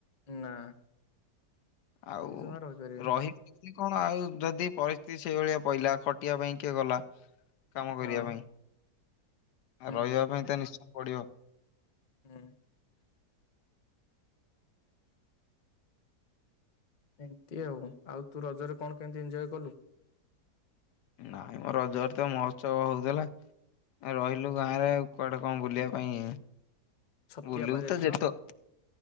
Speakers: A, on the left; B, on the left.
A: ନା
B: ଆଉ
A: ସେ ଜମା ରହିପାରିବେନି
B: ରହିତ୍ କଣ ଆଉ ଯଦି ପରିସ୍ଥିତି ସେଇଭଳିଆ ପହିଲା ଖଟିବା ପାଇଁ କିଏ ଗଲା କାମ
A: ହଁ
B: କରିବା ପାଇଁ
A: ହୁଁ
B: ରହିବା ପାଇଁ ତ ନିଶ୍ଚୟ ପଡ଼ିବ।
A: ହୁଁ। ଏମତି ଆଉ ଆଉ ତୁ ରଜରେ କଣ କେମିତି ଏଞୟ କଲୁ?
B: ନାଇଁ ମୋ ରଜରେ ତ ମହସୂବ ହଉଥିଲା। ଆ ରହିଲୁ ଗାଁ ରେ ଆଉ କୁଆଡେ କଣ ବୁଲିବା ପାଇଁ
A: ଛତିଆ
B: ବୁଲିବୁ
A: ପା ଯାଇଥିଲ
B: ତ ଯେତ